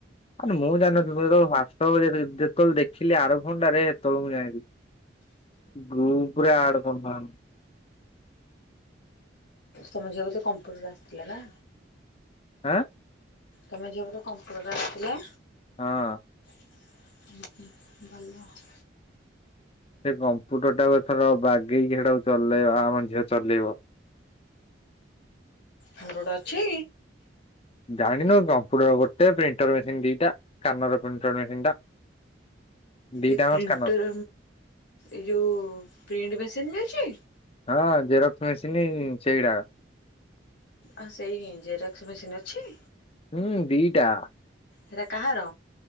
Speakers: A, on the left; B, on the left.
A: ଆରେ ମୁଁ ଜାଣିନଥିଲି ଯେତେବେଳେ <unintelligible> ଯେତେବେଳେ ଦେଖିଲି ଆର <unintelligible> ଯାଇବି ଗ୍ରୁପ ରେ ଆଡ୍ କରୁନା <unintelligible>
B: ତମ ଝିଅ ବୋଧେ କମ୍ପ୍ୟୁଟର ଆସିଥିଲା ନା।
A: ଆଁ।
B: ତମ ଝିଅ ବୋଧେ କମ୍ପ୍ୟୁଟର ଆସିଥିଲା।
A: ହଁ।
B: <unintelligible> ଭଲ।
A: ସେ କମ୍ପ୍ୟୁଟର ଟା କୁ ଏଥର ବାଗେଇକି ସେଟାକୁ ଚଲେଇବା ଆମ ଝିଅ ଚଲେଇବ।
B: <unintelligible> ଅଛି।
A: ଜାଣିନୁ କମ୍ପ୍ୟୁଟର ଗୋଟେ ପ୍ରିଣ୍ଟର ମେସିନ୍ ଦିଟା <unintelligible> ପ୍ରିଣ୍ଟର ମେସିନ ଟା ଦିଟାଙ୍କ
B: ଏ ପ୍ରିଣ୍ଟର
A: ସ୍କାନର
B: ଏ ଯୋଉ ପ୍ରିଣ୍ଟ ମେସିନ୍ ବି ଅଛି?
A: ହଁ ଜେରକ୍ସ ମେସିନି ସେଇଡା଼।
B: ଆଉ ସେଇ ଜେରକ୍ସ ମେସିନ୍ ଅଛି।
A: ହୁଁ ଦିଟା।
B: ହେରା କାହାର?